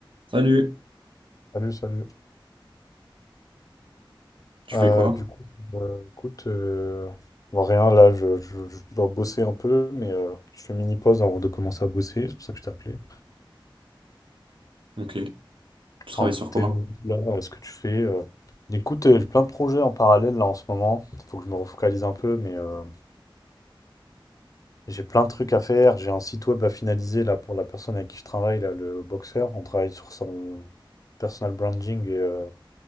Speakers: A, on the right; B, on the left.
A: Salut.
B: Salut, salut.
A: Tu
B: Euh,
A: fais quoi?
B: du coup, euh, écoute, euh, bon, rien, là, je, je- je dois bosser un peu, mais euh, je fais mini pause avant de commencer à bosser, c'est pour ça que je t'appelais.
A: Ok. Tu travailles
B: Un peu
A: sur
B: tes
A: quoi?
B: nouvelles, là, euh, ce que tu fais. euh. Écoute, euh, j'ai plein de projets en parallèle, là, en ce moment. Il faut que je me refocalise un peu, mais euh, j'ai plein de trucs à faire. J'ai un site web à finaliser, là, pour la personne avec qui je travaille, là, le boxeur. On travaille sur son personal branding et, euh,